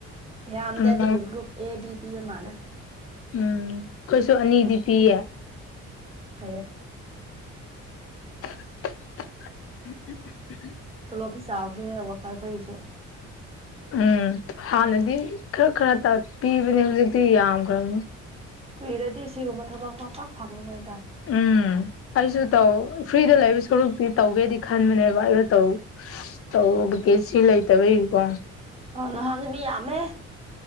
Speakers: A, on the right; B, on the left.
A: ꯌꯥꯝꯗꯦ
B: ꯑꯉꯥꯡ
A: ꯑꯗꯨꯕꯨ ꯒ꯭ꯔꯨꯞ ꯑꯦ ꯕꯤ ꯄꯤꯕ ꯃꯥꯜꯂꯦ
B: ꯎꯝ ꯀꯩꯁꯨ ꯑꯅꯤꯗꯤ ꯄꯤꯌꯦ
A: ꯐꯥꯏ
B: <unintelligible>
A: ꯄꯨꯂꯣꯞꯗꯤ ꯆꯥꯎꯈ꯭ꯔꯦ ꯋꯥꯀꯔꯈꯣꯏꯁꯨ
B: ꯎꯝ ꯍꯥꯟꯅꯗꯤ ꯈꯔ ꯈꯔ ꯄꯤꯕꯅꯦ ꯍꯧꯖꯤꯛꯇꯤ ꯌꯥꯝꯈ꯭ꯔꯕꯅꯤ
A: ꯀꯨꯏꯔꯗꯤ ꯁꯤꯒꯨꯝꯕ ꯊꯕꯛ ꯐꯄ ꯐꯪꯉꯔꯣꯏꯗ
B: ꯎꯝ ꯑꯩꯁꯨ ꯇꯧ ꯐ꯭ꯔꯤꯗ ꯂꯩꯕ ꯁꯔꯨꯛꯇꯤ ꯇꯧꯒꯦꯗꯤ ꯈꯟꯕꯅꯦꯕ ꯑꯩꯁꯨ ꯇꯧ ꯇꯧꯕ ꯀꯦ ꯁꯤ ꯂꯩꯇꯕ ꯏꯀꯣ
A: ꯑꯣ ꯅꯍꯥꯟ ꯑꯗꯨꯃꯤ ꯌꯥꯃꯦ